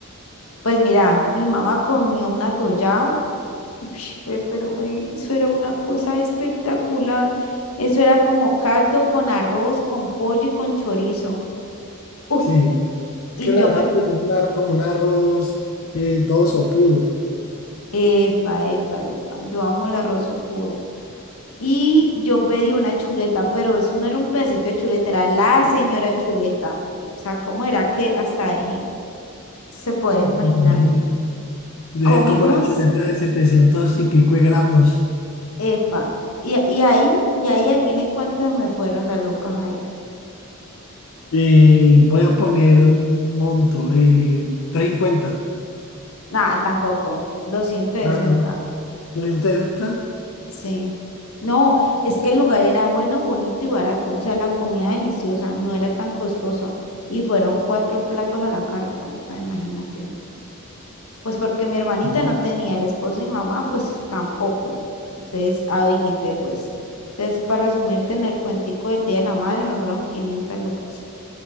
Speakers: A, on the left; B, on the left.
A: Pues mira, mi mamá comió un atollado. <laughs> Ush, güey, pero güey, eso era una cosa espectacular. Eso era como caldo con arroz, con pollo y con chorizo. Uf,
B: Sí, es
A: y
B: que la
A: yo
B: rata
A: me...
B: es una- como un arroz eh, todo sopudo.
A: Epa, epa, epa. Yo amo el arroz puro. Y yo pedí una chuleta, pero eso no era un pedacito de chuleta, era la señora chuleta. O sea, ¿cómo era que hasta dejé? se puede
B: Me
A: imaginar.
B: imagino. Debe
A: Comimos,
B: ser como la chuleta de 700 y pico de gramos.
A: epa, y, y ahí, y ahí adiviné cuántas me fueron las lucas ahí.
B: y voy a poner un monto, eh, cincuenta
A: Nada, tampoco, doscientos sesenta
B: Ah, no. 350.
A: sí. No, es que el lugar era bueno, bonito y barato, o sea, la comida deliciosa, no era tan costoso, y fueron cuatro platos a la carta, o sea, imagínate. Pues porque mi hermanita
B: Ujú.
A: no tenía el esposo y mamá, pues tampoco, entonces habilité, pues. Entonces, para resumirte en el cuentico del Día de la Madre, me fueron 500 lucas.